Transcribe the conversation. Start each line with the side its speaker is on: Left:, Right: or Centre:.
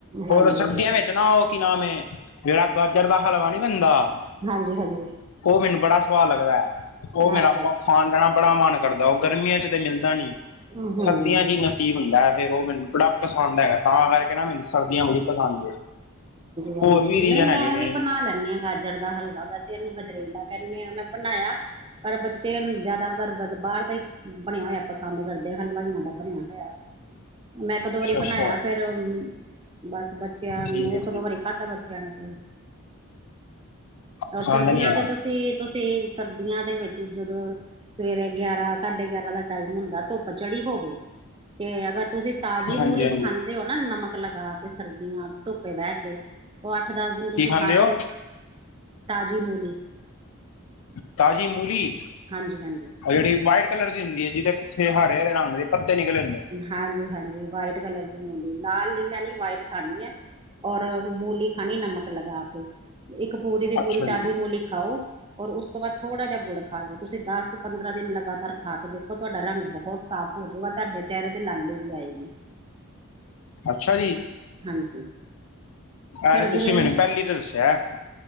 Right: ਹਾਂਜੀ
Left: ਹੋਰ ਸਰਦੀਆਂ
Right: ਹਾਂਜੀ
Left: ਵਿੱਚ ਨਾ ਉਹ ਕੀ ਨਾਮ ਹੈ ਜਿਹੜਾ ਗਾਜਰ ਦਾ ਹਲਵਾ ਨੀ ਬਣਦਾ।
Right: ਹਾਂਜੀ ਹਾਂਜੀ
Left: ਉਹ ਮੈਨੂੰ ਬੜਾ ਸੁਵਾਦ ਲੱਗਦਾ ਹੈ। ਉਹ ਮੇਰਾ
Right: ਅੱਛਾ
Left: ਖਾਣ ਪੈ ਬੜਾ ਮਨ ਕਰਦਾ ਉਹ ਗਰਮੀਆਂ
Right: ਜੀ
Left: 'ਚ ਤੇ ਮਿਲਦਾ ਨੀ
Right: ਹਾਂਜੀ
Left: ਸਰਦੀਆਂ 'ਚ ਹੀ ਨਸੀਬ ਹੁੰਦਾ ਹੈ। ਫੇਰ ਉਹ ਮੈਨੂੰ ਬੜਾ ਪਸੰਦ ਹੈਗਾ। ਤਾਂ ਕਰਕੇ ਨਾ ਮੈਨੂੰ ਸਰਦੀਆਂ ਬੜੀ ਪਸੰਦ ਹੈ
Right: ਹਾਂਜੀ
Left: ਹੋਰ ਵੀ ਰੀਜ਼ਨ
Right: ਨਹੀਂ ਮੈਂ
Left: ਹੈਗੇ ਨੇ।
Right: ਵੀ ਬਣਾ ਲੈਂਣੈ ਹਾਂ ਗਾਜਰ ਦਾ ਹਲਵਾ ਵੈਸੇ ਇਹਨੂੰ ਗਜਰੇਲਾ ਕਹਿੰਦੇ ਹਾਂ ਮੈਂ ਬਣਾਇਆ। ਪਰ ਬੱਚੇ ਨੂੰ ਜ਼ਿਆਦਾਤਰ ਬਾਹਰ ਦਾ ਹੀ ਬਣਿਆ ਹੋਇਆ ਪਸੰਦ ਕਰਦੇ ਆ ਹਲਵਾਈਆਂ ਦਾ ਬਣਿਆ ਹੋਇਆ। ਮੈਂ ਇੱਕ ਦੋ
Left: ਅੱਛਾ-ਅੱਛਾ
Right: ਵਾਰੀ ਬਣਾਇਆ ਫੇਰ ਬਸ ਬੱਚਿਆਂ
Left: ਠੀਕ
Right: ਨੂੰ
Left: ਹੈ
Right: ਇੱਕ ਦੋ
Left: ਠੀਕ
Right: ਵਰੀ ਖਾਦਾ ਬੱਚਿਆਂ ਣੇ ਤੇ ਔਰ
Left: ਪਸੰਦ
Right: ਸਰਦੀਆਂ
Left: ਨੀ ਆਇਆ
Right: ਚ ਤੁਸੀਂ, ਤੁਸੀਂ ਸਰਦੀਆਂ ਦੇ ਵਿੱਚ ਜਦੋਂ। ਸਵੇਰੇ ਗਿਆਰਾਂ, ਸਾਢੇ ਗਿਆਰਾਂ, ਦਾ ਟਾਈਮ ਹੁੰਦਾ। ਧੁੱਪ ਚੜੀ ਹੋਵੇ। ਤੇ ਅਗਰ, ਤੁਸੀਂ ਤਾਜ਼ੀ
Left: ਹਾਂਜੀ-ਹਾਂਜੀ
Right: ਮੂਲੀਕ ਖਾਂਦੇ ਹੋ ਨਾ, ਨਮਕ ਲਗਾ ਕੇ, ਸਰਦੀਆਂ ਧੁੱਪੇ ਬਹਿ ਕੇ। ਉਹ ਅੱਠ, ਦਸ ਦਿਨ। ਤੁਸੀਂ
Left: ਕੀ ਖਾਂਦੇ
Right: ਖਾ
Left: ਹੋ
Right: ਕੇ, ਤਾਜ਼ੀ ਮੂਲੀ।
Left: ਤਾਜ਼ੀ ਮੂਲੀ?
Right: ਹਾਂਜੀ- ਹਾਂਜੀ।
Left: ਉਹ ਜਿਹੜੀ, ਵਾਈਟ ਕਲਰ ਦੀ ਹੁੰਦੀ। ਜਿਹਦੇ ਪਿੱਛੇ ਹਰੇ- ਹਰੇ, ਰੰਗ ਦੇ, ਪੱਤੇ ਨਿਕਲੇ ਹੁੰਦੇ ਨੇ।
Right: ਹਾਂਜੀ- ਹਾਂਜੀ। White colour. ਮੂਲੀ ਨਾਲ, ਨੀ ਲੈਣੀ। ਵਟ ਖਾਣੀ ਹੈ, ਔਰ ਮੂਲੀ ਖਾਣੀ, ਨਮਕ ਲਗਾ ਕੇ। ਇੱਕ, ਪੂਰੀ ਦੀ ਪੂਰੀ
Left: ਅੱਛਾ ਜੀ
Right: ਤਾਜ਼ੀ ਮੂਲੀ ਖਾਓ। ਔਰ ਉਸ ਤੋਂ, ਬਾਅਦ ਥੋੜਾ ਜਿਹਾ ਗੁੜ ਖਾ ਲੋ। ਤੁਸੀਂ ਦਸ, ਪੰਦਰਾਂ ਦਿਨ, ਲਗਾਤਾਰ ਖਾ ਕੇ ਦੇਖੋ। ਤੁਹਾਡਾ ਰੰਗ ਬਹੁਤ ਸਾਫ਼। ਹੋਜੂਗਾ। ਤੁਹਾਡੇ ਚਿਹਰੇ ਤੇ, ਲਾਲੀ ਵੀ ਆਏਗੀ।
Left: ਅੱਛਾ ਜੀ।
Right: ਹਾਂਜੀ। ਸਰਦੀਆਂ
Left: ਅ ਤੁਸੀਂ
Right: ਦੀ
Left: ਮੈਨੂੰ, ਪਹਿਲੀ ਤਾਂ ਦੱਸਿਆ।